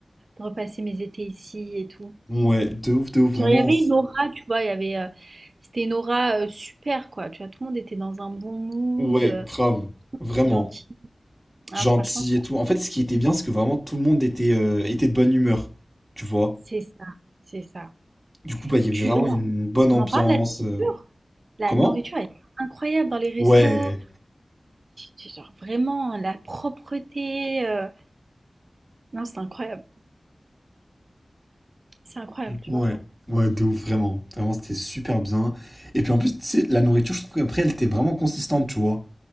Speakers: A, on the right (about 60°); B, in the centre.
A: de repasser mes étés ici et tout.
B: Ouais, de ouf, de ouf, vraiment.
A: Genre, il y avait une aura, tu vois, il y avait, euh, c'était une aura euh, super quoi, tu vois, tout le monde était dans un bon mood,
B: Ouais,
A: euh,
B: grave, vraiment.
A: gentil. Ah,
B: Gentil
A: franchement, ça-
B: et tout. En fait, ce qui était bien, c'est que vraiment tout le monde était, euh, était de bonne humeur, tu vois.
A: c'est ça, c'est ça.
B: Du coup, bah, il y avait
A: Tu,
B: vraiment
A: là,
B: une bonne
A: on
B: ambiance.
A: en parle de la culture?
B: euh.
A: La
B: Comment?
A: nourriture est incroyable dans les restos.
B: Ouais,
A: Tu genre vraiment la propreté, heu, non, c'est incroyable, c'est incroyable, tu
B: ouais,
A: vois?
B: ouais, de ouf, vraiment. Vraiment, c'était super bien. Et puis en plus, tu sais, la nourriture, je trouve qu'après, elle était vraiment consistante, tu vois.